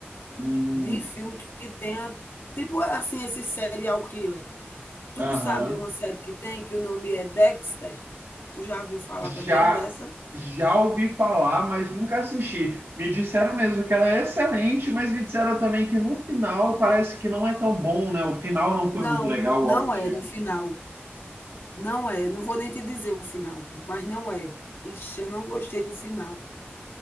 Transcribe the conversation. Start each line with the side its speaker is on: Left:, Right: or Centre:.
Right: Hum,
Left: de filme que, que tenha. Tipo assim, esse serial killer. Tu
Right: aham.
Left: sabe uma série que tem que o nome é Dexter? Tu já viu falar
Right: Já,
Left: também dessa?
Right: já ouvi falar, mas nunca assisti. Me disseram mesmo que ela é excelente, mas me disseram também que no final parece que não é tão bom, né? O final não
Left: Não,
Right: foi muito legal,
Left: não
Right: algo do tipo.
Left: é no final. Não é. Não vou nem te dizer o final, mas não é. Ixi, eu não gostei do final.